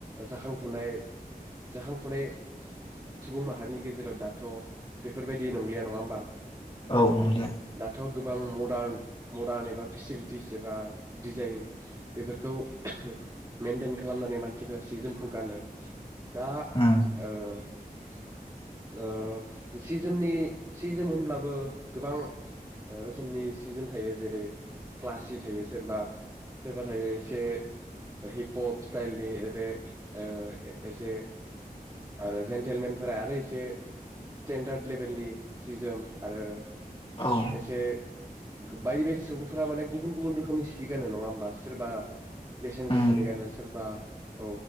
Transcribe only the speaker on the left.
औ नंलिया
उम
औ
उम